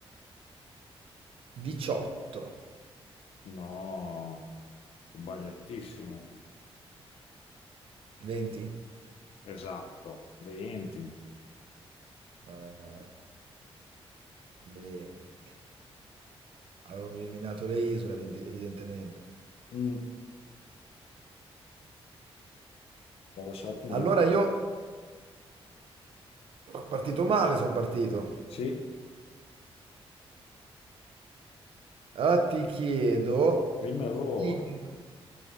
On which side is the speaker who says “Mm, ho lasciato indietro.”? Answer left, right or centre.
Left